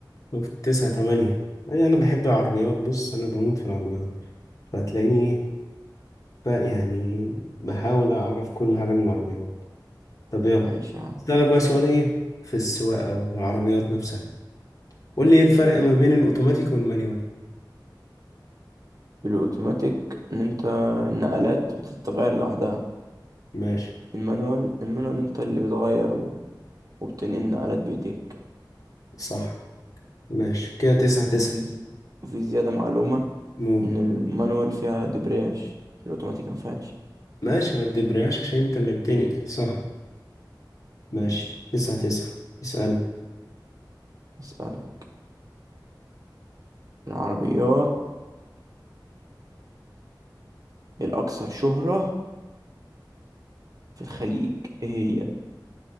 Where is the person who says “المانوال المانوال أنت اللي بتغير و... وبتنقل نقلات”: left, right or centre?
Right